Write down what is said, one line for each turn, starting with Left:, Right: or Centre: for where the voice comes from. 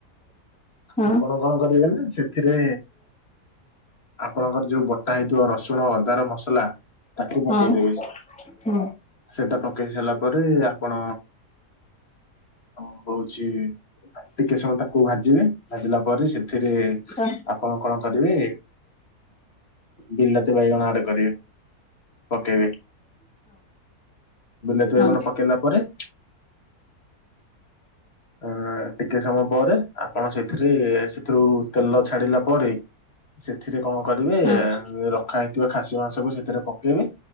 Centre: ହଁ।
Left: ଆପଣ କଣ କରିବେନା। ସେଥିରେ ଆପଣଙ୍କର ଯୋଉ ବଟା ହେଇଥିବ ରସୁଣ ଅଦାର ମସଲା। ତାକୁ ପକେଇଦେବେ
Centre: ହଁ ହଁ ହଁ
Left: ସେଟା ପକେଇ ସାରିଲା ପରେ ଆପଣ। ହ ହଉଛି ଟିକେ ସମୟ ତାକୁ ଭାଜିବେ ଭାଜିଲା ପରେ ସେ ଥିରେ।
Centre: ହଁ
Left: ଆପଣ କଣ କରିବେ ବିଲାତି ବାଇଗଣ ଆଡ କରିବେ। ପକେଇବେ ବିଲାତି
Centre: ହଁ
Left: ବାଇଗଣ ପକେଇଲା ପରେ। ଅ ଟିକେ ସମୟ ପରେ ଆପଣ ସେଥିରେ ସେଥିରୁ ତେଲ ଛାଡିଲା ପରେ। ସେଥିରେ କଣ କରିବେ
Centre: ହଁ
Left: ରଖାହେଇ ଥିବା ଖାସି ମାଂସକୁ ସେଥିରେ ପକେଇବେ